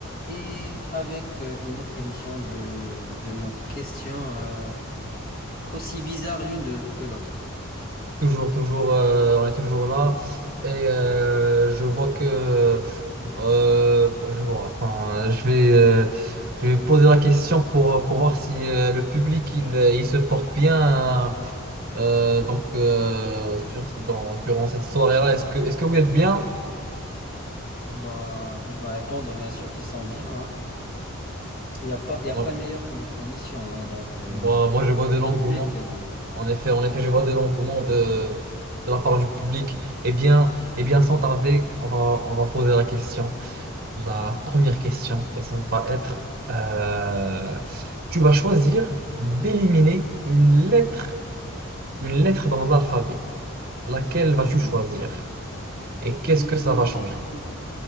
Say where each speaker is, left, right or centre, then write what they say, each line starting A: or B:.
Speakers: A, on the left; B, on the right.
A: Et avec euh, une autre émission de, de nos questions, euh, aussi bizarres l'une de- que l'autre.
B: Toujours, toujours, euh, on est toujours là. Et euh, je vois que, euh, je vois, enfin, je vais, euh, je vais poser la question pour, euh, pour voir si euh, le public, il, euh, il se porte bien hein. euh, donc, euh, sur, dans, durant cette soirée-là. Est-ce que, est-ce que vous êtes bien?
A: Bah, il va répondre, bien sûr, qu'il sent bien. hein. Il n'y a pas, il y a
B: Moi,
A: pas meilleur que notre émission. hein, donc, euh,
B: moi, moi, je vois de
A: le
B: l'engouement.
A: public. euh,
B: En effet, en effet, je vois de l'engouement de, de la part du public. Eh bien, eh bien, sans tarder, on va, on va poser la question. La première question, et ça va être, euh, tu vas choisir d'éliminer une lettre, une lettre dans l'alphabet. Laquelle vas-tu
A: D'accord.
B: choisir? Et qu'est-ce
A: Éliminer
B: que ça va changer?
A: une,